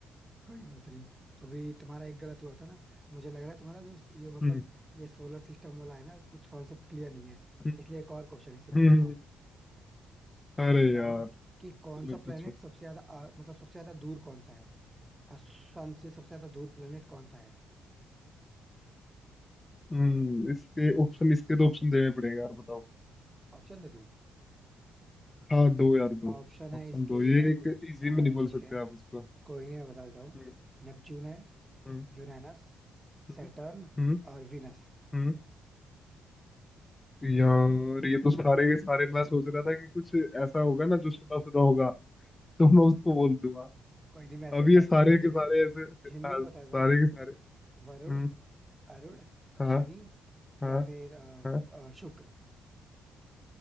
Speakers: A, on the right; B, on the left.
A: कोई बात नहीं अभी तुम्हारा एक गलत हुआ था ना मुझे लग रहा है तुम्हारा दोस्त ये मतलब
B: हम्म
A: ये सोलर सिस्टम वाला है ना कुछ कॉन्सेप्ट क्लियर नहीं है
B: हम्म,
A: इसलिए एक और क्वेश्चन इससे
B: हम्म,
A: पूछता
B: हम्म।
A: हूँ
B: अरे
A: बताओ
B: यार
A: कि कौन
B: चलो
A: सा
B: पूछो
A: प्लेनेट सबसे ज्यादा आ, मतलब सबसे ज्यादा दूर कौन सा है सन से सबसे ज्यादा दूर प्लेनेट कौन सा है
B: हम्म इसके ऑप्शन इसके तो ऑप्शन देने पड़ेंगे यार बताओ
A: ऑप्शन दे दूं
B: हाँ दो यार दो
A: ऑप्शन है
B: ऑप्शन
A: इसके
B: दो ये
A: अ,
B: एक
A: कुछ
B: इजी
A: हाँ
B: में नहीं बोल
A: ठीक
B: सकते
A: है
B: आप इसको
A: कोई नहीं मैं बता देता हूँ
B: हम्म
A: नेपच्यून है
B: हम्म
A: यूरेनस
B: हम्म
A: सैटर्न
B: हम्म
A: और विनस
B: हम्म। यार ये तो सारे के सारे मैं सोच रहा था कि कुछ ऐसा होगा ना जो सुना सुना होगा तो मैं उसको बोल दूंगा
A: कोई नहीं मैं ऐसे
B: अब
A: बता
B: ये सारे
A: देता हूँ हिंदी
B: के
A: में
B: सारे ऐसे
A: हिंदी
B: आ,
A: में
B: सारे
A: बता देता हूँ
B: के सारे हम्म
A: वरुण अरुण
B: हाँ
A: शनि या
B: हाँ
A: फिर अ,
B: हाँ
A: अ, शुक्र